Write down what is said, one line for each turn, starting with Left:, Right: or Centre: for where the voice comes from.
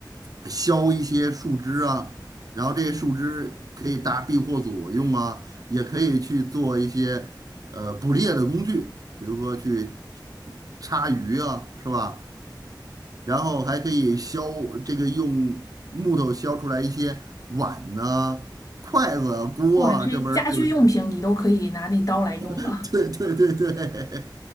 Right: 削一些树枝啊，然后这些树枝可以搭避祸所用啊，也可以去做一些呃捕猎的工具，比如说去叉鱼啊，是吧？然后还可以削这个用木头削出来一些碗呐、筷子、
Left: <laughs>
Right: 锅啊，
Left: 哇，这家居用品你都可以拿那刀来用了。
Right: 这不是就是。<laughs> 对对对对，